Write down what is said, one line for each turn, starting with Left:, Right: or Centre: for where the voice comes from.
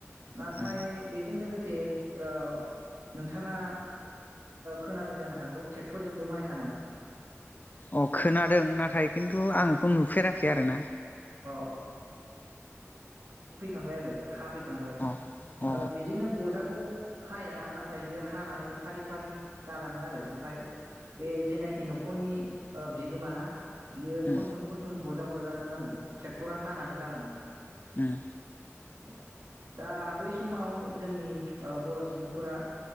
Right: नाथाय
Left: उम
Right: बेजों लोगोसे <unintelligible> ओ नोंथाङा खोनादों जानो हागौ ट्रेक्टरजोंबो माइ हानाय।
Left: अ खोनादों नाथाय खिन्थु आं बेखौ नुफेराखै आरोना।
Right: अ खांबाय आरो हाफै खांबाय
Left: अ अ
Right: बिदिनो बजाखौ खाया नाथाय बियो हानानै फारि फारि गालाङो आरो आरो ओमफ्राय बे जेनाखि न'खर खरनि बिगोमाना? बियो
Left: उम
Right: खन्थुम खुन्थुम बजा बजा दोननांगौ। ट्रेक्टरा हानानै गालांङो।
Left: उम
Right: औ दा बै समाव जोंनि ओ बर' सुबुंफोरा